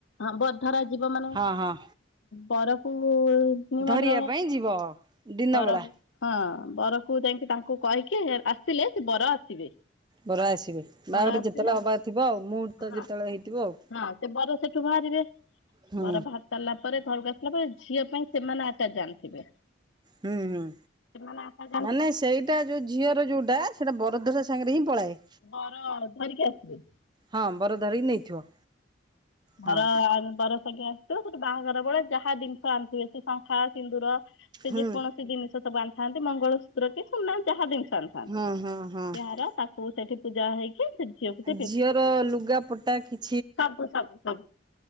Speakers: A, on the left; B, on the right.
A: ହଁ ବରଧରା ଯିବ ମାନେ
B: ହଁ ହଁ।
A: ବରଫନ
B: ଧରିବା
A: ମାତ୍ର
B: ପାଇଁ ଯିବ ଦିନ
A: ବରଫ।
B: ବେଳା
A: ହଁ ବରକୁ ଯାଇକି ତାଙ୍କୁ କହିକି ଆସିଲେ ସେ ବର ଆସିବେ।
B: ବରା ଆସିବେ ବାହାଘରେ
A: ବର ଆସିଲେ
B: ଯେତେବେଳେ ହବାର ଥିବ ଆଉ ମୁହୂର୍ତ୍ତ
A: ହଁ
B: ଯେତେବେଳେ ହେଇଥିବ ଆଉ।
A: ହଁ ସେ ବର ସେଠୁ ବାହାରିବେ
B: ହୁଁ
A: ବର ବାହାର ସାରିଲ ପରେ ଘରକୁ ଆସିଲା ପରେ ଝିଅ ପାଇଁ ସେମାନେ ଆଟା ଜାଣିଥିବେ।
B: ହୁଁ ହୁଁ।
A: କି ଆ <unintelligible>
B: ମାନେ ସେଇଟା ଯୋଉ ଝିଅର ଯୋଉଟା ସେଇଟା ବରଦଶା ସାଙ୍ଗରେ ହିଁ ପଳାଏ।
A: ବର ଧରିକି ଆସିବେ।
B: ହଁ ବର ଧରିକି ନେଇଥିବ। ହଁ
A: ବର ଆମେ ବର। ଜ ଆସିିବ ସେଟେ ବାହାଘର ବେଳେ ଯାହା ଜିନିଷ ଆଣିଥେ ସେ ଶଙ୍ଖା ସିନ୍ଦୁର ସେ
B: ହୁଁ।
A: ଯେକୌଣସି ସେ ଜିନିଷ ସବୁ ଆଣିଥାନ୍ତି ମଙ୍ଗଳସୂତ୍ର କି ସୁନା ଯାହା ଜିନିଷ ଆଣିଥାନ୍ତି
B: ହଁ ହଁ ହଁ
A: ଏହାର ତାକୁ ସେଇଠି ପୂଜା ହେଇକି ସେ ଝିଅକୁ
B: ଆ ଝିଅର ଲୁଗା ପଟା କି
A: ସୁ ସୁ ସୁା।